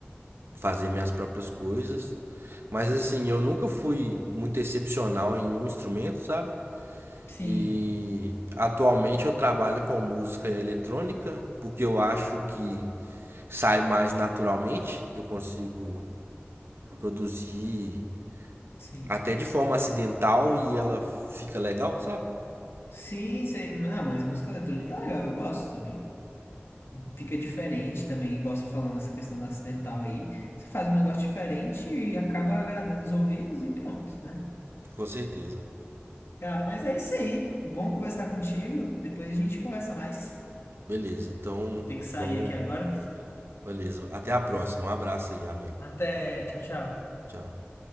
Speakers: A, on the right; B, on the left.
A: fazer minhas próprias coisas. Mas assim, eu nunca fui muito excepcional em um instrumento, sabe?
B: Sim,
A: E atualmente eu trabalho com música eletrônica, porque eu acho que sai mais naturalmente, eu consigo produzir
B: sim.
A: até de forma acidental e ela fica legal, sabe?
B: Sim, sim. Não, mas música eletrônica é legal, eu gosto também. fica diferente também, igual você falando essa questão da acidental aí. Você faz um negócio diferente e acaba agradando os ouvidos e pronto, né?
A: Com certeza.
B: Cara, mas é isso aí. Bom conversar contigo. Depois a gente conversa mais.
A: Beleza, então
B: Tem que
A: vamos.
B: sair aqui agora.
A: Beleza, até a próxima. Um abraço aí, amigo.
B: Até, tchau, tchau.
A: Tchau.